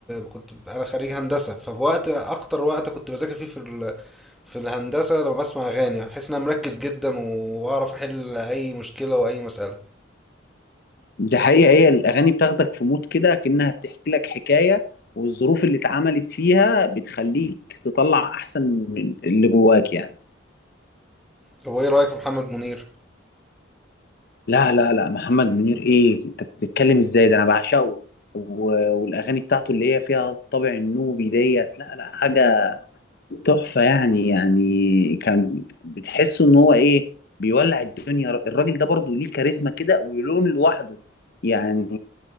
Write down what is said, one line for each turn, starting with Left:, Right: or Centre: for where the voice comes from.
Centre: كنت انا خريج هندسه فوقت اكتر وقت كنت بذاكر فيه في ال... في الهندسه لما بسمع اغاني بحس ان انا مركز جدا واعرف احل اي مشكله واي مساله
Left: دي حقيقة هي الاغاني بتاخدك في مود كده كأنها بتحكي لك حكاية والظروف اللي اتعملت فيها بتخليك تطلع احسن من اللي جواك يعني
Centre: طب وايه رايك في محمد منير
Left: لا لا لا محمد منير ايه انت بتتكلم ازاي ده انا بعشقه و- والاغاني بتاعته اللي هي فيها الطابع النوبي ديت لا لا حاجه تحفه يعني يعني كان بتحسه ان هو ايه بيولع الدنيا الراجل ده برضه ليه كاريزما كده ولون لوحده يعني